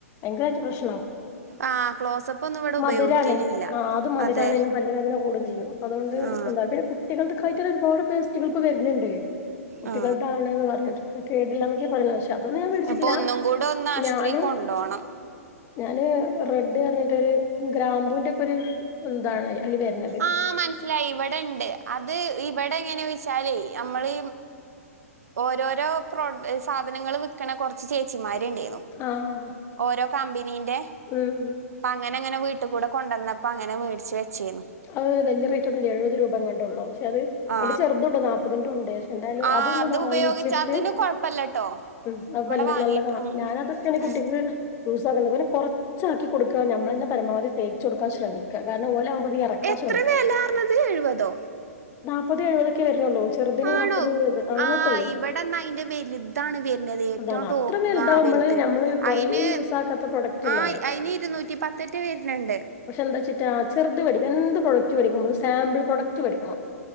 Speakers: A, on the left (about 30°); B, on the right (about 80°).
A: ഭയര പ്രശ്നമാകവും
B: ആ ക്ലോസപ്പ് ഒന്നും ഇവിടെ
A: മധുറാ
B: ഉപയോഗിക്കലില്ല
A: ണേ ആ അത് മധുരാണും
B: അതെ
A: പല്ല അ <unintelligible> ചെയ്യും അതുകൊണ്ട്
B: ആ
A: എന്ത കുട്ടികൾ കായിട്ട ഒരുപാട് പേസ്റ്റുകൾക്ക് വരുന്നുണ്ട് കുട്ടികളുടെ
B: ആ
A: ആണന്ന് പറഞ്ഞിട്ട് കേടില്ല അതൊന്നും ഞാൻ വിേടിച്ചില്ല
B: ഇപ്പൊ ഒന്നും കൂടെ ഒന്ന് ആശുപത്രി
A: ഞാന്
B: കൊണ്ടോണം
A: ഞാന് റെഡ് പറഞ്ഞിട്ട് ഒരു ഗ്രാമ്പൂവിന്റെറെ ഒക്കെ ഒരു എന്താണ് അതിൽ വറൂന്നത്ത്
B: ആ മനസ്സിലായി ഇവിടെ അത് ഇവിടെ എങ്ങനെ ചോദിച്ചാല് നമ്മള് ഓരോരോ പ്രോ സാധനങ്ങൾ വിൽക്കണ കൊറച്ച് ചേച്ചിമാര് <unintelligible>
A: ആഹ്
B: ഓരോ കമ്പനി ൻ്റെ
A: ഉം
B: ങ്ങനെ ങ്ങനെ വീട്ടിൽ കൂടെ കൊണ്ടുവന്നപ്പോ അങ്ങനെ മേടിച്ച് വെച്ചേു
A: അത് വലിയ റേറ്റ് ഒന്നില്ല എഴുപത് രൂപയും കണ്ടുള്ളൂ പക്ഷെ അത്
B: ആ
A: എന്റെ ചെറുണ്ടോ നാപതിന്റു എന്തായാലും
B: ആ
A: അതൊന്ന്
B: അത് ഉപയോഗിച്ച
A: വാങ്ങിച്ചിട്ട്
B: അതിന് കൊഴപ്പല്ലട്ടോ
A: ഉ അത്
B: ഇവിടെ വാങ്ങീട്ട്
A: നല്ലതാണ്
B: ഉം
A: ഞാാന
B: ഉം
A: അതൊക്കെ നല്ലതാകുട്ടിക്ക്
B: ഉം
A: യൂസ ആക്കുന്നത് പിന്നെ കൊറച്ചാക്കി കൊടുക്കചാക്കി കോടു നമ്മ തന്നെപരമാവതി തേച്ച് കൊടുക്കാൻ ശ്രമിക്ക കാരണം ഓല
B: എത്ര
A: ഉമ്പോ
B: വില
A: <unintelligible>
B: പറഞ്ഞത് എഴുപതോ
A: നാപ്പത് എഴുപതക്കെ വരുന്നുള്ളൂ ചെറുതിന്
B: ആണോ
A: നാപ്പത് എഴുപത് അങ്ങനെയൊക്കെ
B: ആ്
A: ഉള്ളൂ
B: ഇവിടെന്നാ അയിന്റെ വലുതാണ് വരുന്നത് ഏറ്റവും
A: അതാണ്
B: ടോപ്പ്
A: അത്ര വലുതാവുമ്പള്
B: ആ
A: നമ്മള് കൊറേ
B: അയിന്
A: യൂസ് ആക്കാത്ത പ്രൊഡക്റ്റ് അല്ലേ
B: ആ അതിന് ഇരുന്നൂറ്റി പത്തേറ്റേ വരുന്നുണ്ട്
A: പക്ഷെ എന്താച്ചിട്ടാ ചെറുത് വേടിക്കും കഎന്ത് പ്രോഡക്ട് വേടിക്കും സാമ്പിൾ പ്രോഡക്റ്റ് വേടിക്കണം